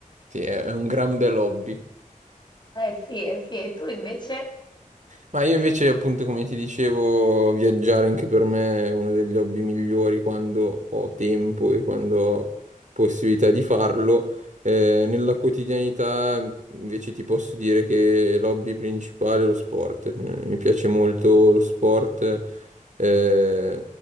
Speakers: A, on the right; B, on the left.
A: sì, è è un gran bel hobby.
B: Eh sì, eh sì, e tu invece
A: Ma io invece, appunto, come ti dicevo, viaggiare anche per me è uno degli hobby migliori quando ho tempo e quando ho possibilità di farlo. Eh, nella quotidianità, invece, ti posso dire che l'hobby principale è lo sport. Eh, mi piace molto lo sport. Eh,